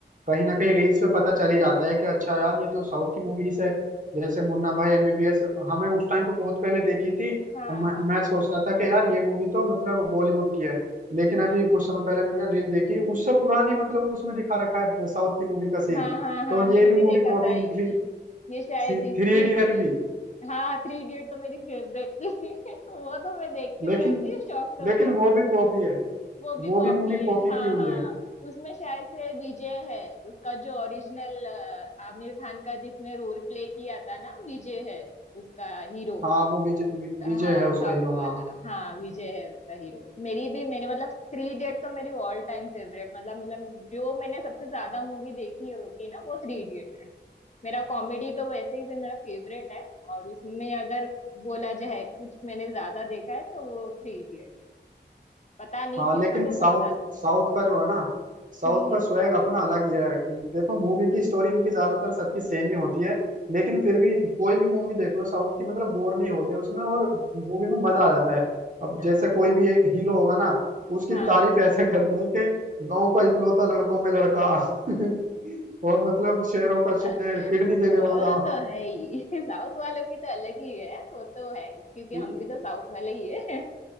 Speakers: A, on the right; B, on the left.
A: कहीं ना कहीं रील्स पे पता चल ही जाता है कि अच्छा यार ये तो साउथ की मूवीज है जैसे मुन्ना भाई एमबीबीएस हमें उस टाइम पे बहुत पहले देखी थी
B: हाँ
A: हम-
B: हाँ
A: मैं सोचता था कि यार ये मूवी तो मतलब बॉलीवुड की है लेकिन
B: हाँ
A: अभी कुछ समय पहले मैंने रील देखी उससे पुरानी मतलब उसमें दिखा रखा है साउथ की मूवी का सीन
B: हाँ हाँ हाँ
A: तो
B: मैंने
A: ये भी
B: भी
A: मूवी
B: देखा
A: कॉपी
B: था
A: निकली
B: ये ये शायद
A: थ्री
B: इसकी
A: इडियट
B: थी
A: भी
B: हाँ थ्री इडियट तो मेरी फेवरेट थी <laughs> वो तो मैं देख के
A: लेकिन
B: मैं भी शॉक्ड हो
A: लेकिन
B: गई
A: वो
B: थी
A: भी कॉपी है
B: वो भी
A: वो
B: कॉपी
A: भी मूवी
B: है
A: कॉपी
B: हाँ
A: की हुई
B: हाँ
A: है
B: उसमें शायद से विजय है उसका जो ओरिजिनल आमिर खान का जिसने रोल प्ले किया था ना विजय है उसका हीरो
A: हाँ वो विजय वि-
B: हाँ
A: विजय है उसका
B: साउथ
A: हीरो
B: वाला
A: हाँ
B: हाँ विजय है उसका हीरो मेरी भी मेरे मतलब थ्री इडियट तो मेरी ऑल टाइम फेवरेट मतलब मतलब जो मैंने सबसे ज्यादा मूवी देखी होगी ना वो थ्री मेरा कॉमेडी तो वैसे ही भी मेरा फेवरेट है और उसमें अगर बोला जाए कुछ मैंने ज्यादा देखा है तो वो थ्री इडियट पता नहीं
A: हाँ
B: क्यों
A: लेकिन
B: बट वो
A: साउथ
B: मेरे को ज्यादा
A: साउथ का जो है ना साउथ
B: हम्म हम्म
A: का स्वैग
B: हम्म।
A: अपना अलग ही है देखो मूवी की स्टोरी उनकी ज्यादातर सबकी सेम ही होती है लेकिन फिर भी कोई भी मूवी देख लो साउथ की मतलब बोर नहीं होते उसमें और मूवी में मजा आ जाता है अब
B: हाँ
A: जैसे कोई
B: वो तो
A: भी
B: है
A: एक हीरो होगा ना उसकी
B: हाँ
A: तारीफ ऐसे <laughs> करते हैं कि गांव का इकलौता लड़कों में लड़का <laughs> और मतलब शेरों का शेर
B: <laughs>
A: किडनी देने
B: वो
A: वाला
B: तो है ही साउथ वालों की तो अलग ही है वो तो है ही, क्योंकि
A: <laughs>
B: हम भी तो साउथ वाले ही है